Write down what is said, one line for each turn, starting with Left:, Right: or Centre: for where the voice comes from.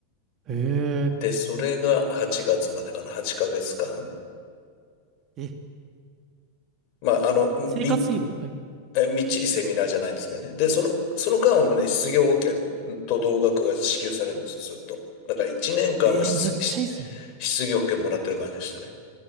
Right: へ
Left: で、それが8月までかな、8ヶ月間。
Right: え。え、
Left: まあ、あの、
Right: 生活費ははい。
Left: びえ、みっちりセミナーじゃないんですけどね。で、その、その間はもうね、失業保険と同額が支給されるんです、ずっと。だから1年間は失、
Right: えー、めっちゃいいですね。
Left: 失失業保険もらってる感じでしたね。